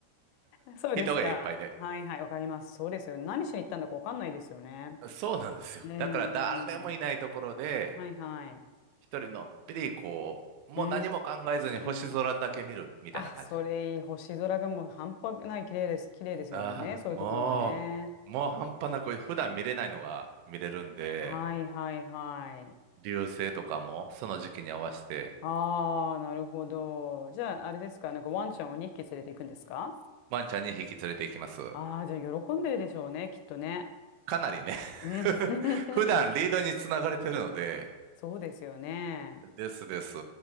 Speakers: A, on the left (about 85°); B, on the right (about 80°).
A: <laughs> そうですか。
B: 人がいっぱいで。
A: はいはい、わかります。そうですよね。何しに行ったんだかわかんないですよね。
B: そうなんですよ。
A: うん、
B: だから誰もいないところで、
A: うん。はいはい。
B: 一人のんびりこう、もう何も考えずに星空だけ見るみたいな感じ。
A: うーん。あ、それいい。星空がもう半端ない綺麗です。綺麗ですよね。
B: ああ、
A: そういうところはね。
B: もう、もう半端なく普段見れないのが見れるんで、
A: はいはいはい。
B: 流星とかもその時期に合わせて
A: ああー、なるほど。じゃあ、あれですか、なんかワンちゃんを2匹連れて行くんですか
B: ワンちゃん引匹連れて行きます。
A: ああー、じゃあ喜んでるでしょうね、きっとね。
B: かなりね
A: うん。
B: <laughs> 普段リードにつながれてるので、
A: <laughs> そうですよね。
B: ですです。